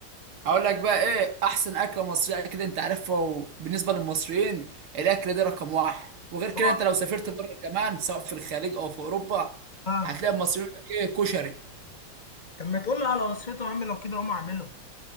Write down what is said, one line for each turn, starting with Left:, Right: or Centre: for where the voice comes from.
Right: هقول لك بقى ايه احسن اكله مصريه كده انت عارفها وبالنسبه للمصريين الاكله دي رقم واحد وغير كده
Left: اوعى
Right: انت لو سافرت بره كمان سواء في الخليج او في اوروبا
Left: اه
Right: هتلاقي المصريين يقول لك ايه كشري
Left: طب ما تقول لي على وصفته يا عم لو كده اقوم اعمله